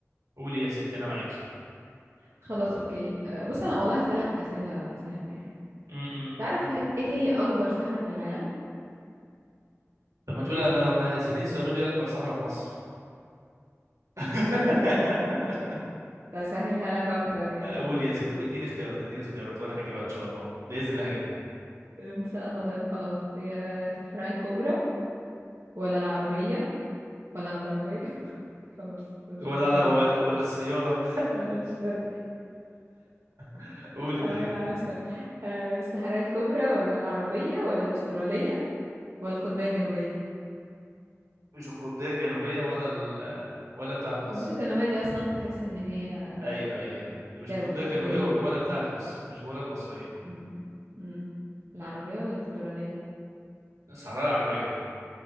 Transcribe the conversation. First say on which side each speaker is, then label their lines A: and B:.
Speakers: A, on the right; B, on the right.
A: قولي يا ستي انا معاك
B: خلاص اوكي آه، بص انا والله هسألك أسئلة سهلة يعني
A: امم أمم.
B: تعرف ايه هي اكبر صحراء في العالم
A: طب ما تقول ما انا ما سالين سؤال لي اكبر صحراء في مصر <laughs>
B: مم. بسهلها لك اكتر يعني
A: قول يا ست اديني اختيارات اديني اختيارات وانا هجيبها ان شاء الله باذن الله هجيبها
B: ان شاء الله ده خلاص هي الصحراء الكبرى ولا العربية ولا الغربية <laughs> خلاص بس
A: ولا
B: بلاش
A: على
B: هزار
A: ولا السياره
B: ولا الشرق
A: <laughs> قولي
B: اه
A: طيب
B: يا عسل آه، الصحراء الكبرى ولا العربية ولا الأسترالية ولا القطبية الجنوبية
A: مش القطبيه الجنوبيه ولا ال... ولا بتاعه مصر
B: القطبية الجنوبية دي أصلا تحس إن هي
A: ايوه ايوه ايوه مش
B: جلد
A: القطبيه الجنوبيه
B: جليد
A: ولا بتاعه مصر مش ولا المصريه
B: مم. مم. العربية ولا الأسترالية؟
A: الصحراء العربيه